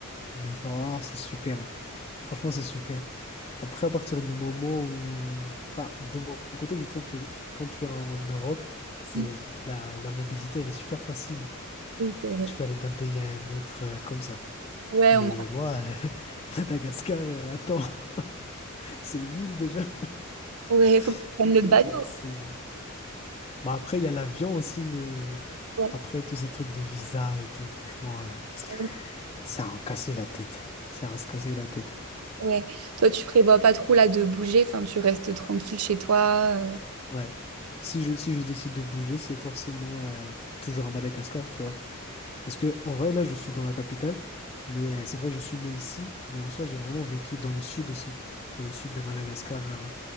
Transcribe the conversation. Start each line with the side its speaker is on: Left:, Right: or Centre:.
Left: D'accord. Oh, c'est super. hein. Franchement, c'est super. Après, à partir du moment où... Enfin, de mon côté, je trouve que quand tu es en, en Europe, c'est,
Right: Mhm.
Left: la, la mobilité, elle est super facile.
Right: C'est vrai.
Left: Tu peux aller d'un pays à un autre euh, comme ça.
Right: Ouais,
Left: Mais
Right: on...
Left: moi, <laughs> Madagascar, euh, attends, <laughs> c'est une île déjà.
Right: ouais,
Left: <laughs>
Right: faut
Left: C'est
Right: prendre le
Left: super.
Right: bateau.
Left: C'est... Bon, après, il y a l'avion aussi, mais
Right: Ouais.
Left: après, tous ces trucs de visa et tout, franchement, hein,
Right: Ouais.
Left: c'est à en casser la tête. C'est à en se casser la tête.
Right: Ouais. Toi, tu prévois pas trop là de bouger. Enfin, tu restes tranquille chez toi. euh?
Left: Ouais. Si je, si je décide de bouger, c'est forcément euh, toujours à Madagascar, tu vois. Parce que, en vrai, là, je suis dans la capitale, mais euh, c'est vrai, je suis né ici, mais en soi, j'ai vraiment vécu dans le sud aussi, dans le sud de Madagascar, hein,